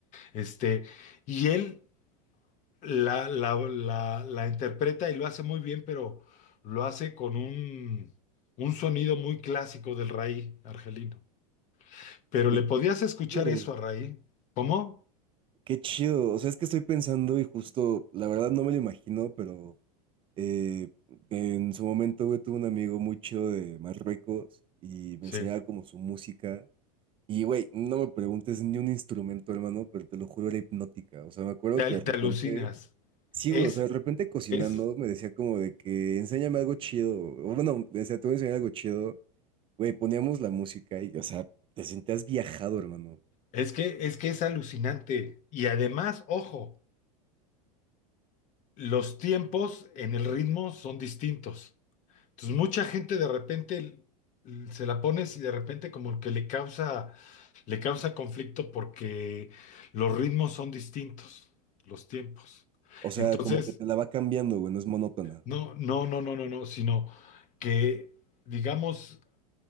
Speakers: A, on the left (about 40°); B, on the right (about 25°).
A: Este, y él la, la, la, la interpreta y lo hace muy bien, pero lo hace con un, un sonido muy clásico del raï argelino. Pero
B: Oye,
A: le podías escuchar
B: chido,
A: eso a raï. ¿Cómo?
B: qué chido. O sea, es que estoy pensando y justo, la verdad no me lo imagino, pero eh, en su momento, güey, tuve un amigo muy chido de Marruecos y me
A: Sí.
B: enseñaba como su música. Y, güey, no me preguntes ni un instrumento, hermano, pero te lo juro, era hipnótica. O sea, me acuerdo
A: Te, al-
B: que de repente,
A: te alucinas.
B: sí,
A: Es,
B: güey, o sea, de repente cocinando
A: es,
B: me decía como de que enséñame algo chido. O bueno, me decía, te voy a enseñar algo chido. Güey, poníamos la música y, o sea, te sentías viajado, hermano.
A: es que, es que es alucinante. Y además, ojo, los tiempos en el ritmo son distintos. Entonces, mucha gente de repente l- se la pones y de repente como que le causa, le causa conflicto porque los ritmos son distintos, los tiempos.
B: O sea,
A: Entonces,
B: como que te la va cambiando, güey, no es monótona.
A: no, no, no, no, no, no, sino que, digamos,